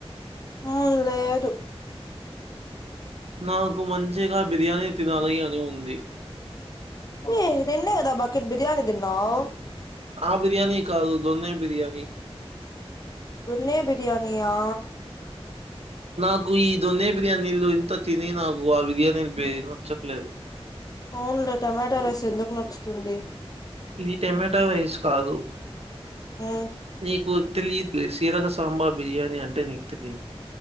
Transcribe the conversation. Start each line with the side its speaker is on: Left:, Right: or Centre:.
Left: ఊ లేదు
Right: నాకు మంచిగా బిర్యానీ తినాలి అని ఉంది.
Left: ఎ నిన్న కదా బకెట్ బిర్యానీ దిన్నావు
Right: ఆ బిర్యానీ కాదు దొన్నె బిర్యానీ.
Left: దొన్నె బిరియాని యా
Right: నాకు ఈ దొన్నె బిర్యానీలు ఇంత తిని నాకు ఆ బిర్యానీలుే వీ నచ్చట్లేదు.
Left: అవునులే టమాట రైస్ ఎందుకు నచ్చుతుంది.
Right: ఇది టొమాటో రైస్ కాదు.
Left: మ్మ్
Right: నీకు తెలియట్లేదు శీరక సాంబార్ బిర్యానీ అంటే నీకు తెలియదు.